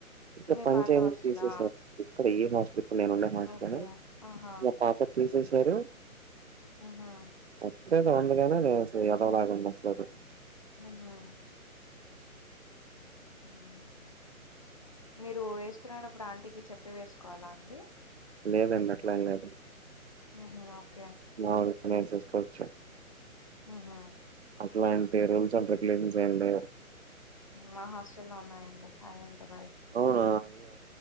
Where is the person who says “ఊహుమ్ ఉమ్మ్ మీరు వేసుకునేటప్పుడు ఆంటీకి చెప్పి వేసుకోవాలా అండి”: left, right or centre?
Left